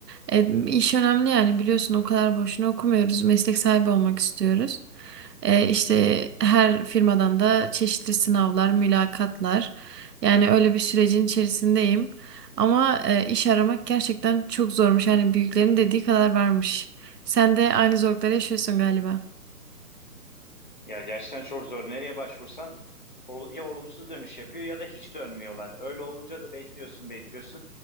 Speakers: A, on the right; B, on the left.
A: E, iş önemli yani biliyorsun o kadar boşuna okumuyoruz. Meslek sahibi olmak istiyoruz. E, işte her firmadan da çeşitli sınavlar, mülakatlar. Yani öyle bir sürecin içerisindeyim. Ama e, iş aramak gerçekten çok zormuş. Yani büyüklerin dediği kadar varmış. Sen de aynı zorlukları yaşıyorsun galiba.
B: Ya gerçekten çok zor. Nereye başvursan ol- ya olumsuz dönüş yapıyor ya da hiç dönmüyorlar. Öyle olunca da bekliyorsun, bekliyorsun.